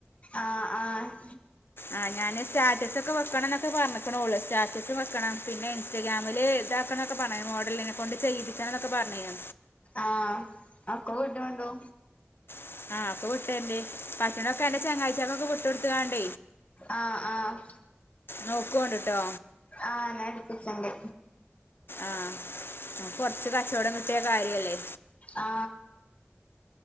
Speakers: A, on the left; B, on the left.
A: ആഹ് ആഹ്
B: ആഹ് ഞാന് സ്റ്റാറ്റസ് ഒക്കെ വെക്കണം എന്നൊക്കെ പറഞ്ഞക്കണള്ളൂ സ്റ്റാറ്റസ് വെക്കണം പിന്നെ ഇൻസ്റ്റഗ്രാമില് ഇതാക്കണം എന്നൊക്കെ പറയന് മോഡലിനെ കൊണ്ട് ചെയ്തിപ്പിക്കാം എന്നൊക്കെ പറഞ്ഞയാ
A: ആഹ് അക്ക വിട്ട ഉണ്ടോ
B: <unintelligible> ആ അപ്പംവിറ്റാരൻഡ് പട്ടനൊക്കെ അന്റെ ചങ്ങായിച്ചികവിട്ടകൊടക്കണ്ട
A: ആഹ് ആഹ്
B: നോക്കുകൊണ്ട് കേട്ടോ
A: ആഹ് ഞാൻ എടുപ്പിച്ചണ്ട്
B: ആഹ് കൊറച്ച് കച്ചവടം കിട്ടിയ കാര്യല്ലേ
A: ആ